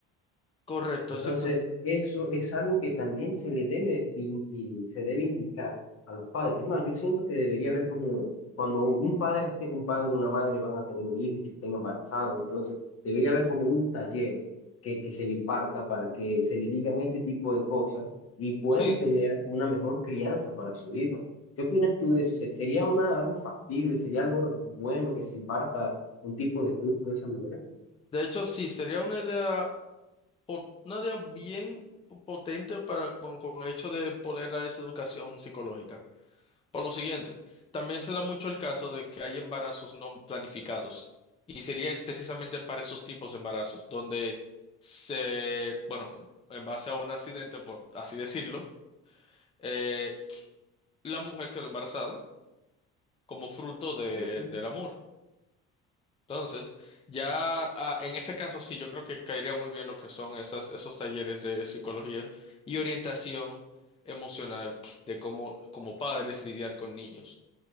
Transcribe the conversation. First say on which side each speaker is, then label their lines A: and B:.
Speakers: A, on the left; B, on the left.
A: Correcto,
B: Entonces,
A: exactamente.
B: eso es algo que también se le debe in- y, se debe indicar a los padres. Es más, yo siento que debería haber como cuando un padre esté, un padre o una madre van a tener un hijo y que estén embarazados y todo eso, debería haber como un taller que, que se le imparta para que se le digan este tipo de cosas y puedan
A: Sí,
B: tener una mejor crianza para su hijo. ¿Qué opinas tú de eso? ¿Se- ¿Sería una, algo factible? ¿Sería algo bueno que se imparta un tipo de curso de esa manera?
A: de hecho sí, sería una idea, po- una idea bien po- potente para, con, con el hecho de poner a esa educación psicológica. Por lo siguiente, también se da mucho el caso de que hay embarazos no planificados y sería es precisamente para esos tipos de embarazos, donde se, bueno, en base a un accidente, por así decirlo, eh, la mujer quedó embarazada como fruto de-
B: Perfecto.
A: del amor. Entonces, ya ah, en ese caso sí, yo creo que caería muy bien lo que son esas, esos talleres de psicología y orientación emocional de cómo, como padres lidiar con niños